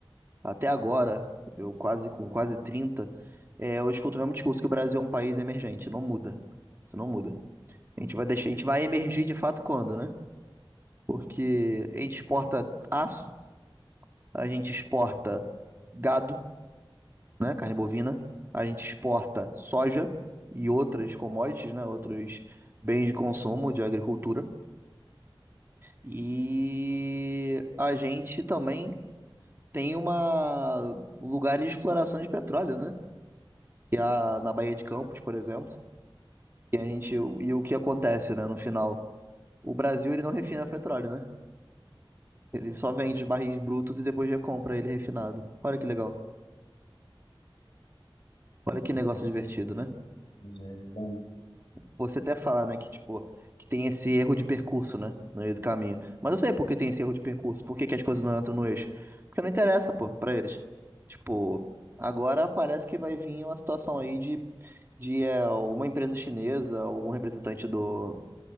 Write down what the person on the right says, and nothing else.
até agora, eu quase com quase trinta é, eu escuto o mesmo discurso que o Brasil é um país emergente, não muda. Isso não muda. A gente vai deixar, a gente vai emergir de fato quando, né? Porque a gente exporta aço, a gente exporta gado, né, carne bovina, a gente exporta soja e outras commodities, né, outros bens de consumo de agricultura. E a gente também tem uma um lugar de exploração de petróleo, né? Que é a- na Baía de Campos, por exemplo. E a gente e o que acontece, né, no final? O Brasil ele não refina petróleo, né? Ele só vende os barris brutos e depois recompra ele refinado. Olha que legal. Olha que
negócio divertido, né?
Você até fala, né, que tipo, que tem esse erro de percurso, né, no meio do caminho. Mas eu sei por que tem esse erro de percurso, por que que as coisas não entram no eixo. Porque não interessa, pô, pra eles. Tipo, agora parece que vai vir uma situação aí de, de é, uma empresa chinesa, algum representante do,